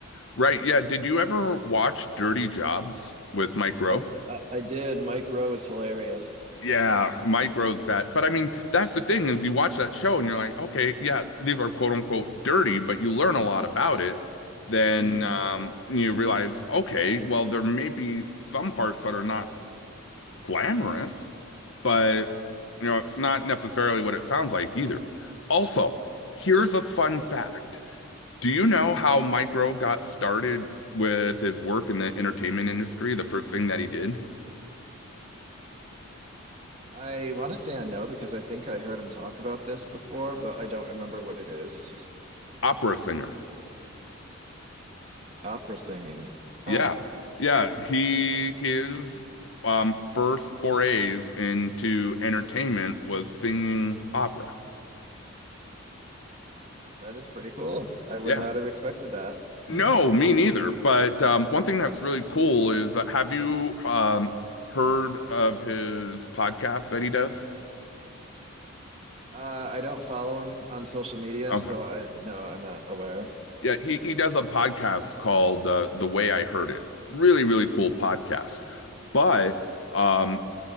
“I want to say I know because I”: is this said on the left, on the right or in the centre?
Right